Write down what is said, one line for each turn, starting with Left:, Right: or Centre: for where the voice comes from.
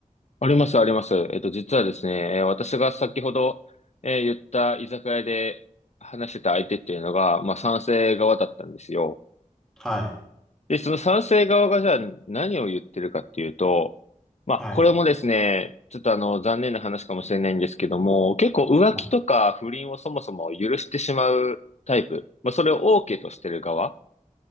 Left: あります、あります。えっと、実はですね、えー私が先ほど、えー言った居酒屋で話してた相手っていうのが、まあ、賛成側だったんですよ。
Centre: はい。
Left: で、その賛成側がじゃあ何を言ってるかっていうと、まあ、
Centre: はい。
Left: これもですね、ちょっとあの、残念な話かもしれないんですけども、結構浮気とか不倫をそもそも許してしまうタイプ、
Centre: はい。
Left: まあ、それを OK としてる側